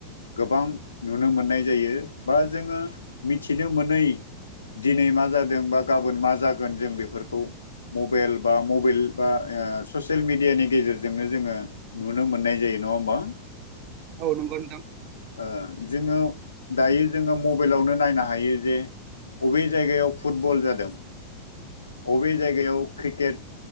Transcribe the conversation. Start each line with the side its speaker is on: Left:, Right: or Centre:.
Left: गोबां नुनो मोननाय जायो बा जोङो मिथिनो मोनै दिनै मा जादों बा गाबोन मा जागोन जों बेफोरखौ मबाइल बा मबाइल बा ओ ससियेल मिडियानि गेजेरजोंनो जोङो नुनो मोननाय जायो नङा होमबा
Right: औ नंगौ नोंथां
Left: ओ जोङो दायो जोङो मबाइलावनो नायनो हायो जे बबे जायगायाव फुटबल जादों बबे जायगायाव क्रिकेट